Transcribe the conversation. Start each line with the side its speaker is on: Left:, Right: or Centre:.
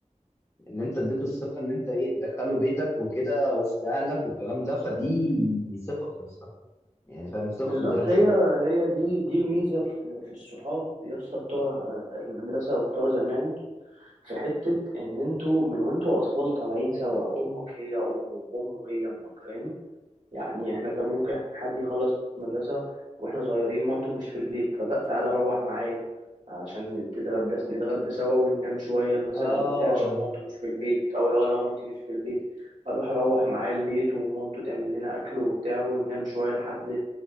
Left: ان انت اديته الثقه ان انت ايه تدخله بيتك وكده وسط اهلك والكلام ده فدي ثقه في نفسها يعني فاهم ثقه
Right: بالظبط
Left: تديها للشخص
Right: هي هي دي دي الميزه في في الصحاب يا اسطى بتوع آه، المدرسه وبتوع زمان في حته ان انتوا من وانتوا اطفال طالعين سوا امك هي امه وامه هي امك فاهم يعني احنا كان ممكن حد يخلص مدرسة واحنا صغيرين مامته مش في البيت فتعالى روح معايا عشان تتغدى نتغدى سوا وننام شوية مثلا
Left: اه
Right: أو بتاع عشان مامته مش في البيت أو لو أنا مامتي مش في البيت أروح أروح معاه البيت ومامته تعمل لنا أكل وبتاع وننام شوية لحد